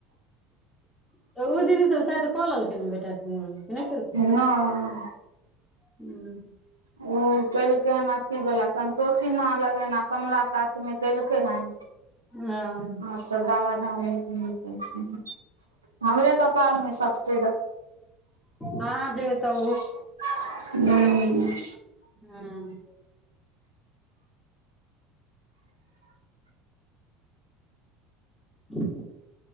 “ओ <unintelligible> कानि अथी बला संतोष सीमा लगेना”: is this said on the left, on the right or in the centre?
Right